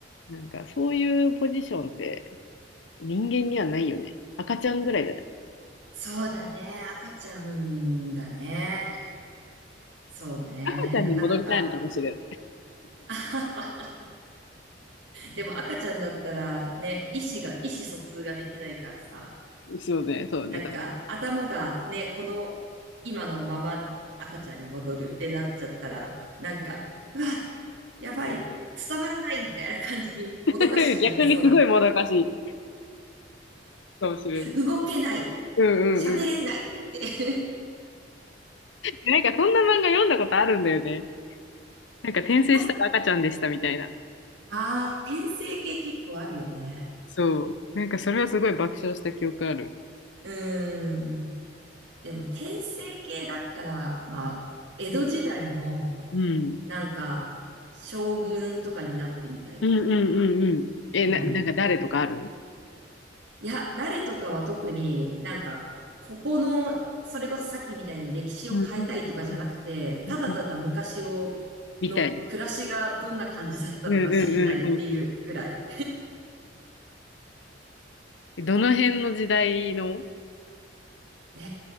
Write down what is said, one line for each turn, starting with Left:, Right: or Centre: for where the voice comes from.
Left: なんかそういうポジションって人間にはないよね。赤ちゃんぐらいじゃない。
Right: そうだね。赤ちゃんだね。そうね。
Left: 赤ちゃんに戻りたいのかもしれ
Right: なかなか。<laughs> でも赤ちゃんだったらね、意思が、意思疎通ができないからさ、
Left: ない。そうね、そうね。
Right: なんか頭がね、この今のまま赤ちゃんに戻るってなっちゃったら、なんか、うわ、やばい、伝わらないみたいな感じにもどかしくなりそ
Left: 多分 <laughs> 逆にすごいもどかしいかもしれない。
Right: う。動けない、
Left: うんうんうん。
Right: 喋れないって <laughs>
Left: でなんかそんな漫画読んだことあるんだよね。なんか転生したら赤ちゃんでしたみたいな。
Right: な、ああ、転生系結構あるよね。
Left: そう。なんかそれはすごい爆笑した記憶ある。
Right: うーん。でも、転生系だったら、まあ、江戸時代の、
Left: うん。
Right: なんか、将軍とかになってみたいかもな。
Left: うんうんうんうん。え、
Right: うん。
Left: な、なんか誰とかある
Right: いや、誰とかは特になんか、ここの、それこそさっきみたいに歴史を変えたいとかじゃなくて、
Left: うんうんうん
Right: ただただ昔を、
Left: うんうん。みたいな。
Right: の暮らしがどんな感じだったのか知りたいっていうぐらい。
Left: うんうんうんうんうん。どの辺の時代の
Right: え